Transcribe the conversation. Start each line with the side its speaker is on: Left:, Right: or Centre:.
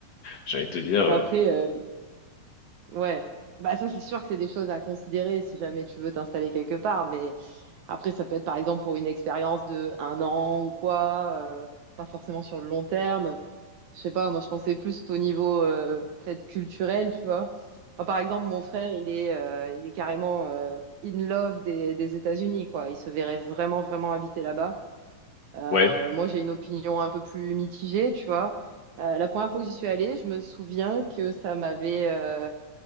Left: J'ai envie de te dire euh,
Right: Après, euh, ouais, bah ça c'est sûr que c'est des choses à considérer si jamais tu veux t'installer quelque part. Mais après, ça peut être par exemple pour une expérience de un an ou quoi, euh, pas forcément sur le long terme. je sais pas, moi je pensais plus au niveau euh, peut-être culturel, tu vois. Enfin, par exemple, mon frère, il est, euh, il est carrément euh, in love des, des États-Unis, quoi. Il se verrait vraiment, vraiment habiter là-bas. Euh,
Left: ouais,
Right: moi, j'ai une opinion un peu plus mitigée, tu vois. Euh, la première fois que j'y suis allée, je me souviens que ça m'avait euh,